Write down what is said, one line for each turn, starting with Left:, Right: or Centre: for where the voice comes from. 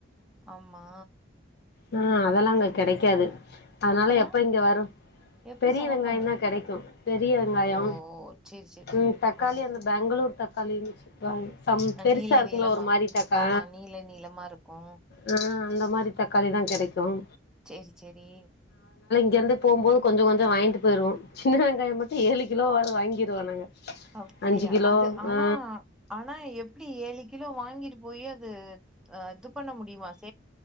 Centre: ஆமா
Left: ஆ அதல்லா அங்க கெடைக்காது அதனால
Centre: அப்பறோ
Left: எப்ப இங்க வரு
Centre: எப்டி
Left: பெரிய
Centre: சமைப்பாங்க
Left: வெங்காயோந்தா கெடைக்கு பெரிய வெங்காயோ
Centre: ஓ ஓ சேரி சேரி
Left: ம்
Centre: சேரி
Left: தக்காளி
Centre: ஆ
Left: அந்த பேங்களூர் தக் காலிலக்கு க்குளாங் சம் பெருசா
Centre: நீள
Left: இருக்கும்ல
Centre: நீளமா
Left: ஒரு மாரி தக்கா
Centre: ஆமா நீள நீளமா இருக்கு
Left: ஆ அந்த மாரி தக் தக்காளிதா கெடைக்கும்
Centre: சேரி சேரி
Left: இங்க இருந்து போம் போது கொஞ்சோ கொஞ்சோ வாங்கிட்டு போயிருவோ சின்ன வெங்காயோ மட்டு ஏழு கிலோ வாது வாங்கிருவோ நாங்க
Centre: அப்புடியா
Left: அஞ்சு கிலோ
Centre: அது ஆனா
Left: ஆ
Centre: ஆனா எப்டி ஏழுகி கிலோ வாங்கிட்டு போயி அது அ இது பண்ண முடியுமாஸ்